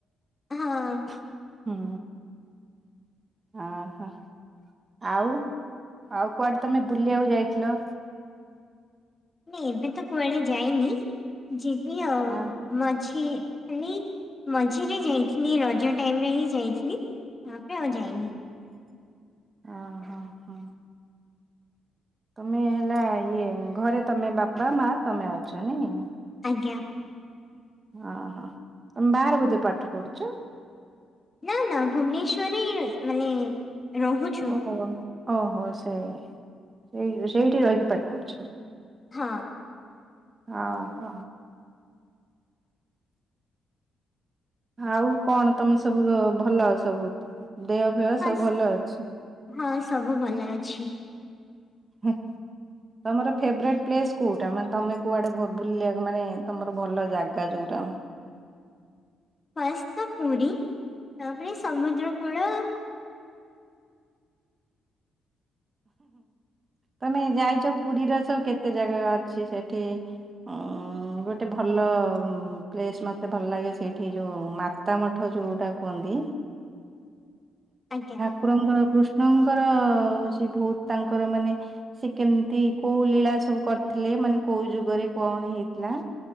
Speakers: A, on the left; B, on the right.
A: ହଁ
B: ହୁଁ ଆ ହା। ଆଉ, ଆଉ କୁଆଡେ ତମେ ବୁଲିବାକୁ ଯାଇଥିଲ?
A: ନି ଏବେ ତ କୁଆଡେ ଯାଇନି ଯିବି ଆଉ।
B: ଆ
A: ମଝି ଥିଲି ମଝିରେ ଯାଇଥିନି ରଜ ଟାଇମ୍ ରେ ହିଁ ଯାଇଥିଲି। ତାପରେ ଆଉ ଯାଇନି।
B: ଅ ହ ହ। ତମେ ହେଲା ଇଏ ଘରେ ତମେ ବାପା ମା ତମେ ଅଛ ନାହିଁ?
A: ଆଜ୍ଞା।
B: ଅ ହ ତମେ ବାହାରେ ବୋଧେ ପାଠ ପଢୁଛ।
A: ନା ନା ଭୁବନେଶ୍ଵରରେ ମାନେ ରହୁ
B: ଓହୋ ଓହୋ ସେଇ ସେଇ ସେଇଠି ରହିକି ପାଠ ପଢୁଚ।
A: ହଁ।
B: ଅ ହ। ଆଉ କଣ ତମେ ସବୁ ଭଲ ସବୁ ଦେହ ଫିଅ
A: ହଁ
B: ସବୁ ଭଲ ଅଛି?
A: ହଁ ସବୁ ଭଲ ଅଛି।
B: ହୁଁ। ତମର <unintelligible> କୋଉଟା ମାନେ ତମେ କୁଆଡେ ବୁଲିବାକୁ ମାନେ ତମର ଭଲ ଜାଗା ଯୋଉଟା?
A: ଫାଷ୍ଟ ତ ପୁରୀ ତାପରେ ସମୁଦ୍ର କୂଳ।
B: ତମେ ଯାଇଛ ପୁରୀର ସବୁ କେତେ ଜାଗା ଅଛି ସେଠି ଉଁ ଗୋଟେ ଭଲ ପ୍ଲେସ୍ ମତେ ଭଲ ଲାଗେ ସେଇଠି ଯୋଉ ମାତ୍ ତା ମଠ ଯୋଉଟା କୁହନ୍ତି।
A: ଆଜ୍ଞା।
B: ଠାକୁରଙ୍କର କୃଷ୍ଣଙ୍କର ହଉଛି ବହୁତ ତାଙ୍କର ମାନେ ସେ କେମିତି କୋଉ ଲୀଳା ସବୁ କରିଥିଲେ ମାନେ କୋଉ ଯୁଗରେ କଣ ହେଇଥିଲା?